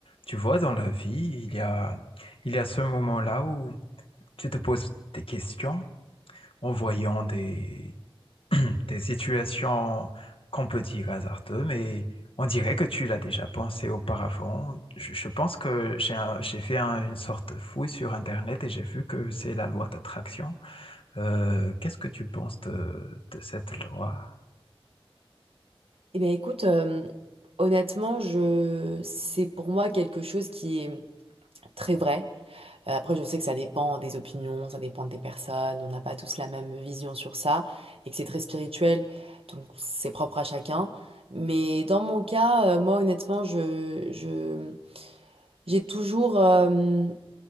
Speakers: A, on the left (about 65°); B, on the right (about 70°).
A: Tu vois, dans la vie, il y a, il y a ce moment-là où tu te poses des questions en voyant des, des situations qu'on peut dire hasardeuses, mais on dirait que tu l'as déjà pensé auparavant. Je, je pense que j'ai un- j'ai fait un- une sorte de fouille sur Internet et j'ai vu que c'est la loi d'attraction. Euh, qu'est-ce que tu penses de, de cette loi?
B: Eh bien, écoute, euh, honnêtement, je... c'est pour moi quelque chose qui est très vrai. Euh, après, je sais que ça dépend des opinions, ça dépend des personnes, on n'a pas tous la même vision sur ça, et que c'est très spirituel, donc c'est propre à chacun. Mais dans mon cas, euh, moi, honnêtement, je... je... j'ai toujours euh,